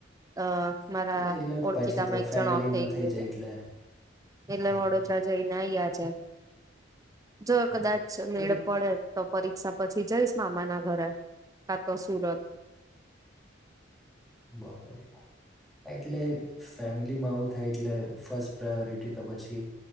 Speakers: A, on the right; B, in the centre.
A: અહ મારા
B: એટલે એટલે જ
A: ઓળખીતા
B: પછી તો
A: માં એક
B: ફેમિલીમાં
A: જણ ઓફ થઈ ગયું.
B: જાય એટલે
A: એ
B: હા
A: એટલે વડોદરા
B: હા
A: જઈને આઇ જાર જો
B: હા
A: કદાચ મેળ
B: એટલે
A: પડે તો પરીક્ષા પછી જઈશ મામા ના ઘરે. તો <unintelligible>
B: બરોબર. એટલે ફેમિલીમાં આવું થાય એટલે ફસ્ટ પ્રાયોરિટી તો પછી